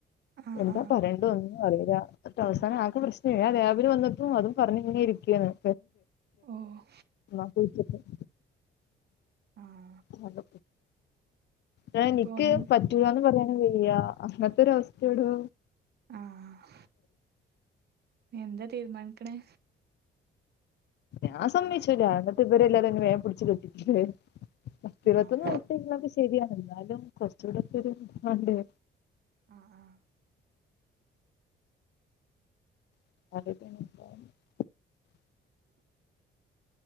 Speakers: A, on the right; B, on the left.
A: ആഹ്
B: എന്താ
A: ആഹ്
B: പറയണ്ടെ ഒന്നും അറിയില്ല അന്നിട്ട് അവസാനം ആകെ പ്രശ്നായി ഞാൻ രാവിലെ വന്നിട്ടും അതും പറഞ്ഞിങ്ങനെ ഇരിക്കുവാണ്
A: ഓഹ്
B: <unintelligible> <unintelligible>
A: ആഹ്
B: <unintelligible> ആ ഇനിക്ക്
A: ഇപ്പൊ ഒന്ന്
B: പറ്റൂലാന്ന് പറയാൻ വയ്യ അങ്ങനത്തെൊര അവസ്ഥയാടൊ
A: ആഹ് എന്താ തീരുമാനിക്കണ്
B: ഞാൻ സമ്മയ്ച്ചുലാ എന്നിട്ട് ഇവരെല്ലാരും എന്നെ വേഗം പിടിച്ച് കെട്ടിക്കുവേ. പത്തിരുപത്തൊന്ന്
A: ആഹ്
B: വയസ്സ് ആയിക്ക്ണത് ശരിയാണ് എന്നാലും കൊറച്ചൂടൊക്കെരു ഇത് മാണ്ടെ
A: ആഹ് ആഹ്
B: <unintelligible>